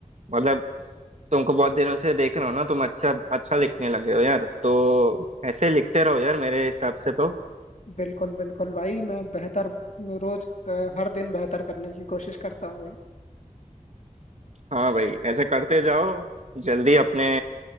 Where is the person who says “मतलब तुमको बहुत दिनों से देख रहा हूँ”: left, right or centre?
Right